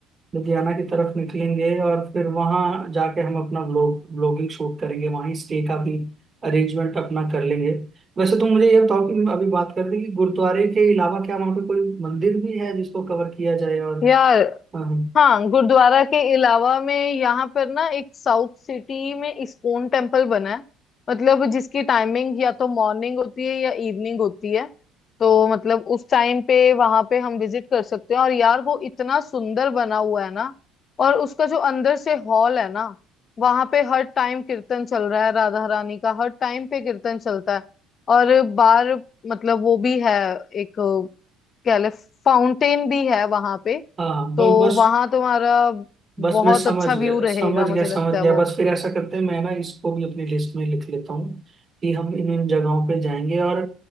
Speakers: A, on the right (about 30°); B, on the left (about 45°).
A: लुधियाना की तरफ निकलेंगे और फिर वहां जाके हम अपना ब्लॉग ब्लॉगिंग शूट करेंगे वहीं स्टे का भी अरेंजमेंट अपना कर लेंगे वैसे तुम मुझे ये बताओ कि अभी बात कर रही कि गुरुद्वारे के अलावा क्या वहां पे कोई मंदिर भी है जिसको कवर किया जाए और
B: यार
A: हाँ
B: हाँ गुरुद्वारा के अलावा में यहाँ पर ना एक साउथ सिटी में इस्कॉन टेम्पल बना है मतलब जिसकी टाइमिंग या तो मॉर्निंग होती है या इवनिंग होती है तो मतलब उस टाइम पे वहां पे हम विजिट कर सकते हैं और यार वो इतना सुंदर बना हुआ है ना और उसका जो अंदर से हॉल है ना वहां पे हर टाइम कीर्तन चल रहा है राधा रानी का हर टाइम पे कीर्तन चलता है और बार मतलब वो भी है एक कह ले फाउंटेन भी है वहां पे
A: हाँ हाँ, बस
B: तो
A: बस
B: वहां तुम्हारा
A: बस
B: बहुत
A: मैं समझ
B: अच्छा
A: गया
B: व्यू रहेगा
A: समझ
B: मुझे
A: गया समझ
B: लगता है
A: गया
B: वो
A: बस फिर ऐसा करते हैं मैं ना इसको भी अपनी लिस्ट में लिख लेता हूँ कि हम इन इन जगहों पे जाएंगे और